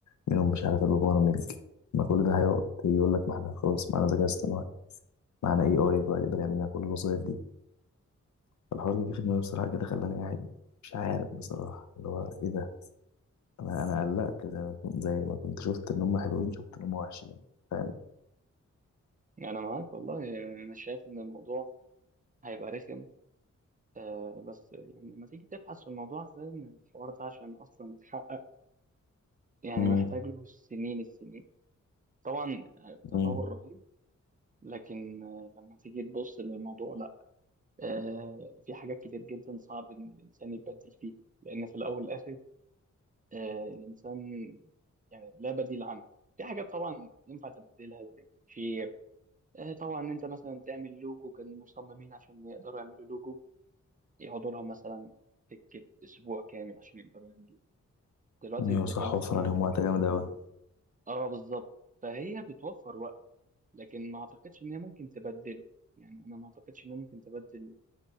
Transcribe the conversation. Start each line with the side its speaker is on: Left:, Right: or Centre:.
Left: منهم مش عارف البرامج ما كل ده هيقعد يجي يقول لك ما احنا خلاص معانا ذكاء اصطناعي معانا اي اي بقى يقدر يعمل لنا كل الوظايف دي فالحوار جه في دماغي بصراحة كده خلاني قاعد مش عارف بصراحة اللي هو إيه ده أنا أنا قلقت زي ما كنت زي ما كنت شفت إن هم حلوين شفت إن هم وحشين فاهم
Right: انا معاك والله يعني انا شايف ان الموضوع هيبقى رخم آه بس يعني لما تيجي تبحث في الموضوع هتلاقي ان الحوار ده عشان اصلا يتحقق يعني
Left: امم
Right: محتاج له سنين السنين طبعا آه، تطور
Left: امم
Right: رهيب لكن آه، لما تيجي تبص للموضوع لا آه في حاجات كتير جدا صعب ان الانسان يبدل فيها لان في الاول والاخر آه الانسان يعني لا بديل عنه في حاجات طبعا ينفع تبدلها زي التكفير آه، طبعا ان انت مثلا تعمل لوجو كان المصممين عشان يقدروا يعملوا لوجو يقعدوا لهم مثلا سكه اسبوع كامل عشان يقدروا يعملوا دلوقتي
Left: أيوة
Right: الذكاء
Left: صح
Right: الاصطناعي
Left: وفر عليهم
Right: بيعمله
Left: وقت جامد أوي
Right: اه بالظبط فهي بتوفر وقت لكن ما اعتقدش ان هي ممكن تبدله يعني انا ما اعتقدش ان هي ممكن تبدل